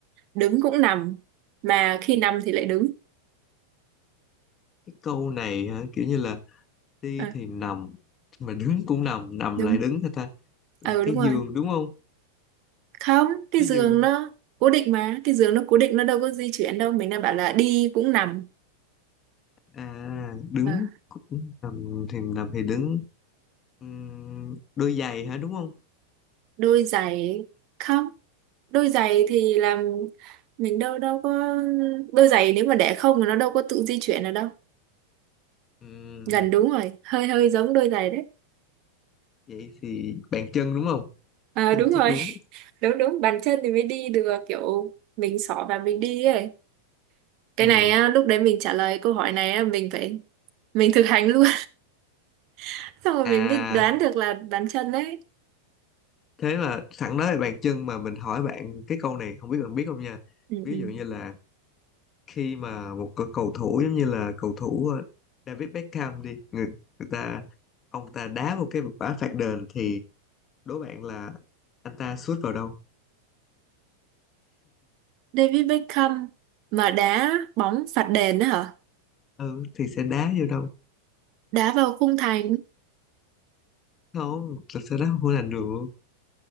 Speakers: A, on the right; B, on the left.
A: đứng cũng nằm, mà khi nằm thì lại đứng.
B: cái câu này hả kiểu như là đi
A: À,
B: thì nằm mà đứng cũng nằm nằm
A: đúng.
B: lại đứng hả ta là
A: Ừ,
B: cái
A: đúng rồi.
B: giường đúng không
A: Không, cái
B: cái
A: giường
B: giường
A: nó cố định mà. Cái giường nó cố định, nó đâu có di chuyển đâu. Mình đang bảo là đi cũng nằm.
B: à đứng
A: À,
B: cũng nằm thì nằm thì đứng Ừm, đôi giày hả đúng không
A: đôi giày không đôi giày thì làm mình đâu đâu có đôi giày nếu mà để không thì nó đâu có tự di chuyển được đâu
B: Ừm,
A: gần đúng rồi hơi hơi giống đôi giày đấy
B: vậy thì bàn chân đúng không
A: à,
B: cái
A: đúng
B: này chắc
A: rồi
B: đúng
A: <laughs> đúng đúng bàn chân thì mới đi được kiểu mình xỏ và mình đi ấy cái
B: Ừm,
A: này á, lúc đấy mình trả lời câu hỏi này á, mình phải mình thực hành luôn <laughs> xong rồi
B: à
A: mình mới đoán được là bàn chân đấy
B: thế mà sẵn nói về bàn chân mà mình hỏi bạn cái câu này không biết bạn biết không nha
A: ừ,
B: ví
A: ừ.
B: dụ như là khi mà một cái cầu thủ giống như là cầu thủ ờ, David Beckham đi người người ta ông ta đá một cái quả phạt đền thì đố bạn là anh ta sút vào đâu
A: David Beckham mà đá bóng phạt đền đó hả
B: ừ thì sẽ đá vô đâu
A: đá vào khung thành
B: không thật sự đá không có làm được